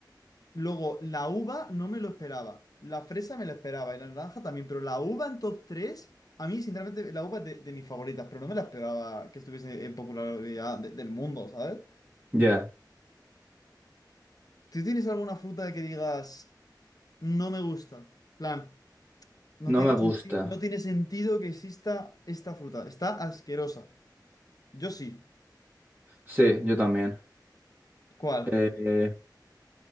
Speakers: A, on the left; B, on the right.
A: Luego, la uva no me lo esperaba. La fresa me la esperaba y la naranja también, pero la uva en top 3 a mí sinceramente la uva es de, de mis favoritas, pero no me la esperaba que estuviese en popularidad de- del mundo, ¿sabes?
B: Ya.
A: ¿Tú tienes alguna fruta que digas, no me gusta? Plan, no
B: No
A: tiene
B: me
A: senti-
B: gusta.
A: no tiene sentido que exista esta fruta, está asquerosa. Yo sí.
B: Sí, yo también.
A: ¿Cuál?
B: Eh,